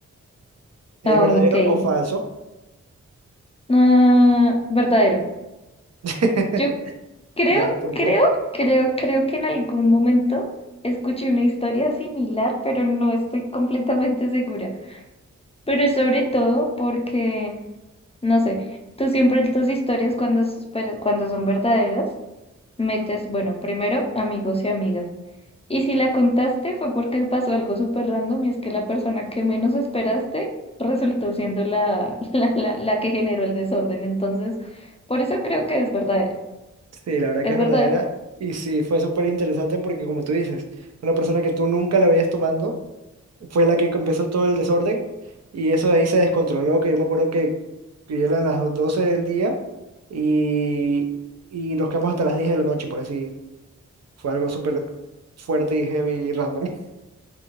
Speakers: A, on the right; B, on the left.
A: ¿Es
B: ok.
A: verdadero o falso?
B: Ah, verdadero.
A: <laughs>
B: Yo creo,
A: Ya, ¿por
B: creo,
A: qué?
B: creo, creo que en algún momento escuché una historia similar, pero no estoy completamente segura. Pero sobre todo porque No sé, tú siempre en tus historias cuando, sos- pero cuando son verdaderas, metes, bueno, primero amigos y amigas. Y si la contaste fue porque pasó algo súper random y es que la persona que menos esperaste resultó siendo la, <laughs> la, la, la que generó el desorden. Entonces, por eso creo que es verdadero.
A: Sí, la verdad
B: ¿Es
A: que es
B: verdadero?
A: verdadera. Y sí, fue súper interesante porque como tú dices, una persona que tú nunca la veías tomando. fue la que empezó todo el desorden y eso de ahí se descontroló, que yo me acuerdo que, que eran las 12 del día y, y nos quedamos hasta las 10 de la noche, por así. Fue algo súper fuerte y heavy y random. <laughs>